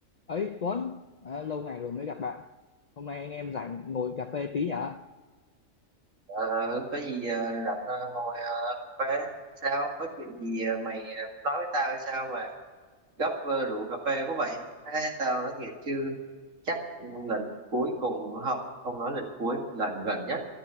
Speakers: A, on the left (about 60°); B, on the right (about 80°).
A: ấy Tuấn à, lâu ngày rồi mới gặp bạn hôm nay anh em rảnh ngồi cà phê tí nhở
B: Ờ, có gì ờ, rảnh ờ, ngồi ờ, cà phê sao có chuyện gì ờ, mày ờ, muốn nói với tao hay sao mà gấp ờ, rượu cà phê có vậy Ê, tao nói thiệt chứ chắc lần cuối cùng không không nói lần cuối lần gần nhất